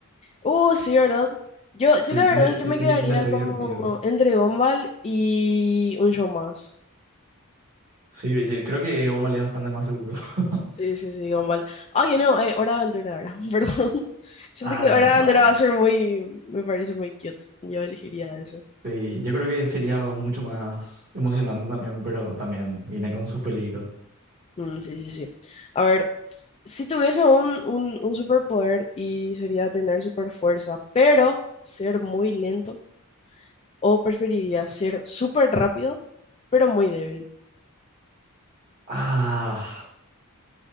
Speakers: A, on the left; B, on the right.
A: Uh, sí, ¿verdad? Yo,
B: sí,
A: yo la
B: tiene,
A: verdad es
B: ti-
A: que me
B: tiene
A: quedaría
B: pinta de ser
A: como
B: divertido.
A: entre Gumball y un show más.
B: Sí, yo creo que Omal es bastante más seguro. <laughs>
A: Sí, sí, sí, Gumball. Ay, no, eh, Hora de Aventura ahora, <laughs> perdón. Siento
B: Ah,
A: que Hora de
B: no.
A: Aventura va a ser muy, me parece muy cute. Yo elegiría eso.
B: Sí, yo creo que sería mucho más emocionante también, pero también viene con sus peligros.
A: Mm, sí, sí, sí. A ver, si tuviese un, un, un superpoder y sería tener super fuerza, pero ser muy lento. ¿O preferirías ser súper rápido, pero muy débil?
B: Ah,